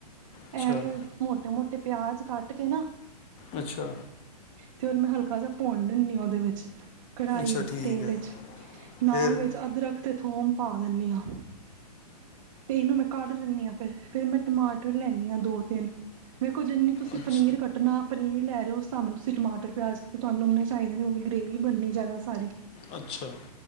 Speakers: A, on the left; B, on the right.
A: ਅੱਛਾ
B: ਐਵੇ ਮੋਟੇ ਮੋਟੇ ਪਿਆਜ ਅਜ ਕੱਟ ਕੇ ਨਾ
A: ਅੱਛਾ।
B: ਤੇ ਉਹਦੇ ਮੈਂ ਹਲਕਾ ਜਿਹਾ ਭੁੰਨ ਲੈਣੀ ਉਹਦੇ ਵਿੱਚ ਕੜਾਹੀ
A: ਅੱਛਾ
B: ਵਿੱਚ
A: ਠੀਕ
B: ਤੇਲ
A: ਹੈ
B: ਵਿੱਚ ਨਾਲ
A: ਫਿਰ
B: ਵਿੱਚ ਅਦਰਕ ਤੇ ਥੋਮ ਪਾ ਦਿੰਨੀ ਹਾਂ। ਤੇ ਇਹਨੂੰ ਮੈਂ ਕੱਢ ਲੈਂਨੀ ਹਾਂ ਫਿਰ। ਫੇਰ ਮੈਂ ਟਮਾਟਰ ਲੈਂਦੀ ਹਾਂ ਦੋ ਤਿੰਨ ਵੇਖੋ, ਜਿੰਨੀ ਤੁਸੀਂ
A: ਅੱਛਾ
B: ਪਨੀਰ ਕੱਟਣਾ ਪਨੀਰ ਲੈ ਰਹੇ ਹੋ ਉਸ ਸਾਹੇ ਤੁਸੀ ਟਮਾਟਰ ਪਿਆਜ ਤੁਹਾਨੂੰ ਉਨੇ ਚਾਹੀਦੇ ਨੇ। ਕਿਉਂਕਿ ਗ੍ਰੇਵ ਬਣਨੀ ਜ਼ਿਆਦਾ ਸਾਰੀ।
A: ਅੱਛਾ।